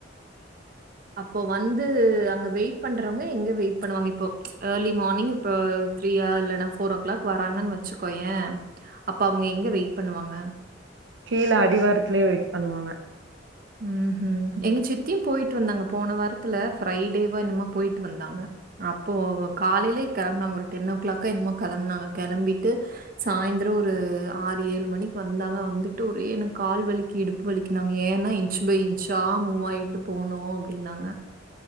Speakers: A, on the right; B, on the right.
A: அப்போ வந்து அங்க வெயிட் பண்றவங்க எங்க வெயிட் பண்ணுவாங்க இப்போ ஏர்லி மார்னிங் இப்போ த்ரீயா இல்லன்னா ஃபோர் ஓ கிளாக் வராங்கன் வச்சுக்கோயே அப்போ அவுங்க எங்க வெயிட் பண்ணுவாங்க
B: கீல அடிவாரத்துலயே வெயிட் பண்ணுவாங்க
A: ம் ம் எங்க சித்தியு போயிட்டு வந்தாங்க போன வாரத்துல ஃரைடேவா என்னமோ போயிட்டு வந்தாங்க அப்போ காலைலயே கெளம்புனாங்க ஒரு டென் ஓ க்ளாக்கா என்னமோ கெளம்புனாங்க கெளம்பிட்டு சாயந்தர ஒரு ஆறு ஏலு மணிக்கு வந்தாங்க வந்துட்டு ஒரே எனக்கு கால்வலிக்கு இடுப் வலிக்கின்னாங்க ஏன்னா இன்ச்ஃபை இன்ச்சா மூவ் ஆகிட்டு போனோம் அப்படின்னாங்க